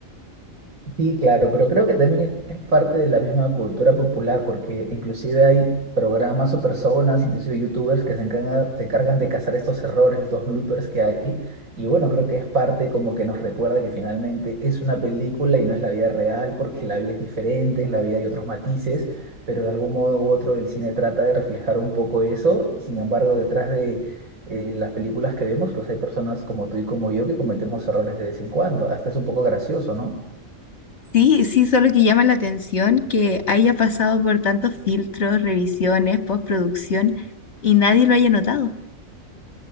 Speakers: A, on the right (about 85°); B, on the left (about 55°).
A: Sí, claro, pero creo que también es parte de la misma cultura popular, porque inclusive hay programas o personas, inclusive youtubers, que se encargan, se encargan de cazar estos errores, estos bloopers que hay. Y bueno, creo que es parte como que nos recuerda que finalmente es una película y no es la vida real, porque la vida es diferente, en la vida hay otros matices, pero de algún modo u otro el cine trata de reflejar un poco eso. Y sin embargo, detrás de... eh, las películas que vemos, pues hay personas como tú y como yo que cometemos errores de vez en cuando. Hasta es un poco gracioso, ¿no?
B: Sí, sí, solo que llama la atención que haya pasado por tantos filtros, revisiones, postproducción y nadie lo haya notado.